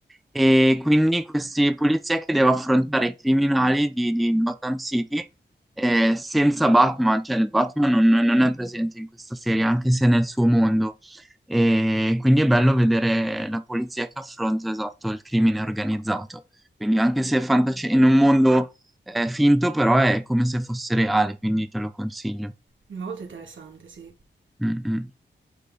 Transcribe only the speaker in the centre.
E quindi questi polizia che deve affrontare i criminali di, di Gotham City eh, senza Batman, cioè il Batman non, non è presente in questa serie, anche se è nel suo mondo. E quindi è bello vedere la polizia che affronta, esatto, il crimine organizzato. Quindi anche se è fantascienza, in un mondo è finto, però è come se fosse reale, quindi te lo consiglio.
Mm, mm.